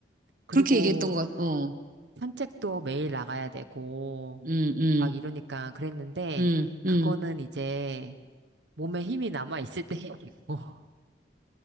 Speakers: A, on the right (about 80°); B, on the right (about 50°).
A: 그리고
B: 그렇게 얘기했던 것 같, 어.
A: 산책도 매일 나가야 되고,
B: 음, 음.
A: 막 이러니까 그랬는데,
B: 음,
A: 그거는
B: 음.
A: 이제 몸에 힘이 남아있을 때 얘기고, <laughs>